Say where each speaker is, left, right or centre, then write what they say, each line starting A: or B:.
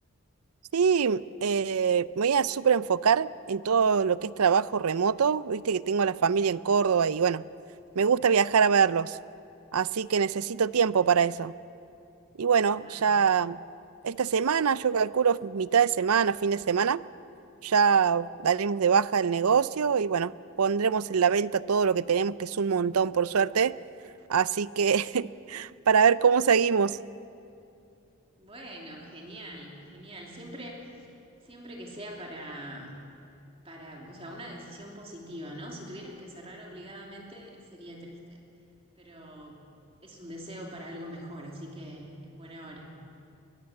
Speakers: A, on the right; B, on the right.
A: Sí, eh, me voy a súper enfocar en todo lo que es trabajo remoto. Viste que tengo a la familia en Córdoba y bueno, me gusta viajar a verlos. Así que necesito tiempo para eso. Y bueno,
B: Claro.
A: ya esta semana, yo calculo mitad de semana, fin de semana, ya daremos de baja el negocio y bueno, pondremos en la venta todo lo que tenemos, que es un montón por suerte. Así que <laughs> para ver cómo seguimos.
B: Bueno, genial, genial. Siempre, siempre que sea para, para, o sea, una decisión positiva, ¿no? Si tuvieras que cerrar obligadamente sería triste, pero es un deseo para algo mejor, así que en buena hora.